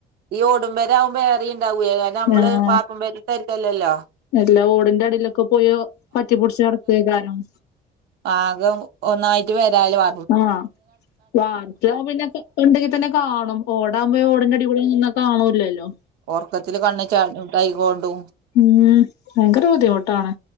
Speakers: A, on the right; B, on the left.
A: ഈ ഓടമ്പരാ ആകുമ്പോ വേറെ ഉണ്ടാവൂയേ കാര നമ്മള്
B: ആഹ്
A: വാക്കും വേരിട്ടരിക്കല്ലല്ലോ..
B: എല്ലാ ഓടിന്റെ അടിയിലൊക്കെ പോയി പറ്റിപൊടിച്ച് നടക്ക കാരണം
A: ആകം ഒന്നായിട്ട് വരാല് വ
B: ആഹ് ആഹ് പിന്നെ ഉണ്ടെങ്കി തന്നെ കാണും ഓടാകുമ്പോ ഓടിന്റെ അടിപൊളന്ന കാണൂലല്ലോ
A: ഓർക്കത്തില്കണ്ണ് ചാ കൊണ്ടും
B: ഉം ഭയങ്കര ബുദ്ധിമുട്ടാണ്